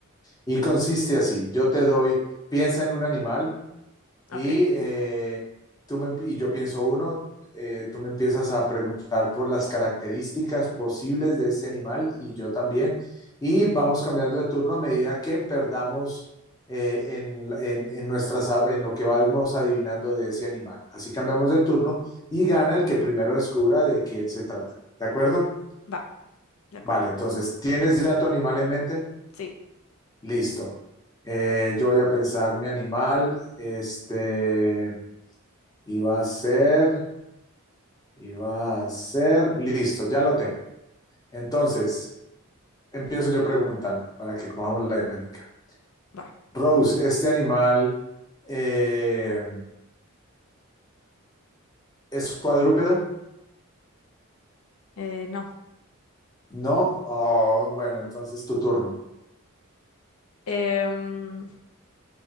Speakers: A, on the left (about 15°); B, on the left (about 80°).
A: Y consiste así, yo te doy, piensa en un animal Y,
B: Ok,
A: eh, tú me, y yo pienso uno, eh, tú me empiezas a preguntar por las características posibles de este animal y yo también. Y vamos cambiando de turno a medida que perdamos eh, en, en, en nuestras, en lo que vamos adivinando de ese animal. Así cambiamos de turno y gana el que primero descubra de quién se trata. ¿De acuerdo?
B: va, de acuerdo.
A: Vale, entonces, ¿tienes ya tu animal en mente?
B: Sí,
A: Listo. Eh, yo voy a pensar mi animal. Este, y va a ser, y va a ser, listo, ya lo tengo. Entonces, empiezo yo preguntando para que cojamos la dinámica.
B: va.
A: Rose, ¿este animal eh, es cuadrúpedo?
B: Eh, no.
A: No. Oh, bueno, entonces tu turno.
B: Em,